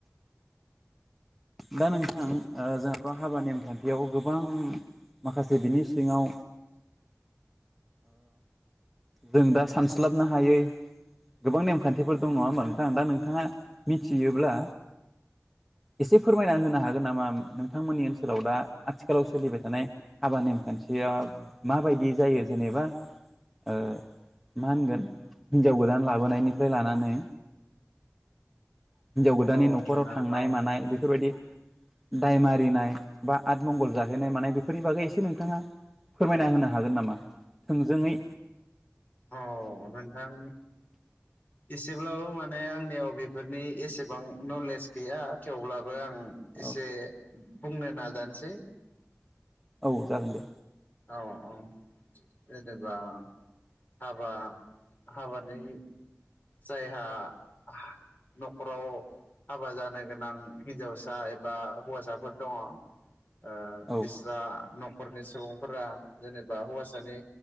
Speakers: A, in the centre; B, on the left.
A: दा नोंथां जोंहाथ हाबा नेमखान्थियाव गोबां माखासे बिनि सिङाव जों दा सानस्लाबनो हायै गोबां नेमखान्थिफोर दं नङा होमबा नोंथां दा नोंथाङा मिथियोब्ला एसे फोरमायना होनो हागोन नामा नोंथांमोननि ओनसोलाव दा आथिखालाव सोलिबाय थानाय हाबा नेमखान्थि माबायदि जायो जेनेबा ओ मा होनगोन हिन्जाव गोदान लाबोनायनिफ्राय लानानै हिनजाव गोदाननि
B: औ
A: न'खराव
B: नोंथां
A: थांनाय
B: औ
A: मानाय बे दि दाय मारिनाय बा आदमंगल जाहैनाय मानाय बेफोरनि बागै एसे नोंथाङा फोरमायना होनो हागोन नामा थोंजोङै?
B: औ नोंथां एसेब्लाबो माने आंनियाव बेफोरनि एसेबां नलेज गैया थेवब्लाब बो आं
A: औ
B: एसे बुंनो नाजानोसै
A: औ जागोन दे।
B: औ औ जेनेबा हाबा हाबानि जायहा हा न'खराव हाबा जानो गोनां हिन्जावसा एबा हौवासाफोर दङ। ओ
A: औ
B: बिस्रा न'खरनि सुबुंफोरा जेनेबा हौवासानि